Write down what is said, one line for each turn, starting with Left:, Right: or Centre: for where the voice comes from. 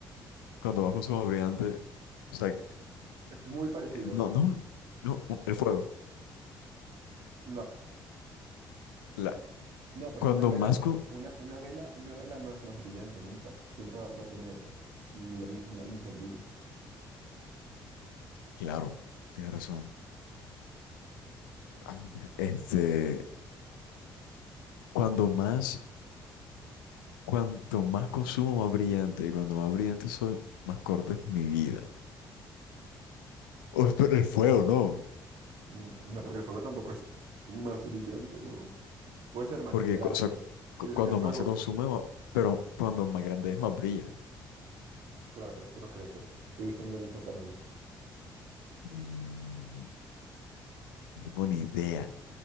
Left: cuando bajo su brillante, o sea, que,
Right: Es muy parecido.
Left: eh, no, no, no, un- el fuego.
Right: No,
Left: La,
Right: no, porque
Left: cuando
Right: una vela,
Left: más, cu-
Right: una, una vela, una vela no es más brillante nunca. Siempre va, va a tener la misma, el mismo brillo.
Left: claro, tienes razón. Ah, Este, cuando más, cuanto más consumo, más brillante, y cuando más brillante soy, más corta es mi vida. O, pero el fuego, no,
Right: Mm, No, porque el fuego tampoco es más brillante, ¿no? Puede ser más
Left: porque,
Right: grande.
Left: cu- o sea, cu-
Right: El,
Left: cuando
Right: el fuego,
Left: más se consume, ma- pero cuando más grande es, más brilla.
Right: claro, pero esto no crece. Sigue siendo el mismo tamaño.
Left: Mm, no tengo ni idea.